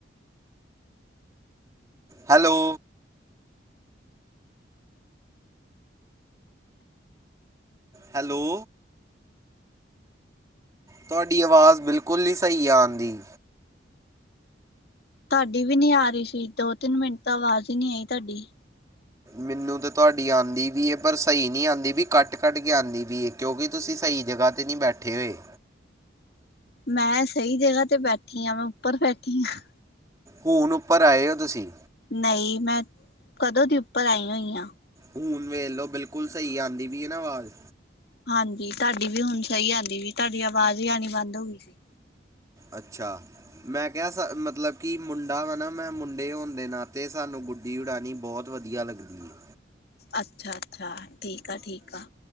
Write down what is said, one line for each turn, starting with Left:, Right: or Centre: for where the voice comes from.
Right: ਹੈਲੋ। ਹੈਲੋ। ਤੁਹਾਡੀ ਆਵਾਜ਼ ਬਿਲਕੁਲ ਨਹੀਂ ਸਹੀ ਆ ਆਉਂਦੀ।
Left: ਤੁਹਾਡੀ ਵੀ ਨੀ ਆ ਰਹੀ ਸੀ ਦੋ ਤਿੰਨ ਮਿੰਟ ਤਾਂ ਆਵਾਜ਼ ਹੀ ਨਹੀਂ ਆਈ ਤੁਹਾਡੀ।
Right: ਮੈਨੂੰ ਤਾਂ ਤੁਹਾਡੀ ਆਉਂਦੀ ਵੀ ਪਰ ਸਹੀ ਨਹੀਂ ਆਉਂਦੀ ਵੀ ਕੱਟ ਕੱਟ ਕੇ ਆਉਂਦੀ ਵੀ ਹੈ ਕਿਉਂਕਿ ਤੁਸੀਂ ਸਹੀ ਜਗ੍ਹਾ ਤੇ ਨਹੀਂ ਬੈਠੇ ਹੋਏ।
Left: ਮੈਂ ਸਹੀ ਜਗ੍ਹਾ ਤੇ ਬੈਠੀ ਆ ਮੈਂ ਉੱਪਰ ਬੈਠੀ ਹਾਂ।
Right: ਹੁਣ ਉੱਪਰ ਆਏ ਹੋ ਤੁਸੀਂ।
Left: ਨਹੀਂ ਮੈਂ ਕਦੋਂ ਦੀ ਉੱਪਰ ਆਈ ਹੋਈ ਹਾਂ।
Right: ਹੁਣ ਵੇਖ ਲੋ ਬਿਲਕੁਲ ਹੁਣ ਸਹੀ ਆਉਂਦੀ ਵੀ ਆ ਨਾ ਆਵਾਜ਼।
Left: ਹਾਂਜੀ ਤੁਹਾਡੀ ਵੀ ਹੁਣ ਸਹੀ ਆਉਂਦੀ ਵੀ ਤੁਹਾਡੀ ਆਵਾਜ਼ ਹੀ ਆਉਣੀ ਬੰਦ ਹੋ ਗਈ ਸੀ।
Right: ਅੱਛਾ ਮੈਂ ਕਿਹਾ ਮਤਲਬ ਕਿ ਮੁੰਡਾ ਵਾ ਨਾ ਮੈਂ ਮੁੰਡੇ ਹੋਣ ਦੇ ਨਾਤੇ ਸਾਨੂੰ ਗੁੱਡੀ ਉਡਾਉਣੀ ਬਹੁਤ ਵਧੀਆ ਲੱਗਦੀ ਹੈ।
Left: ਅੱਛਾ। ਅੱਛਾ, ਠੀਕ ਆ, ਠੀਕ ਆ।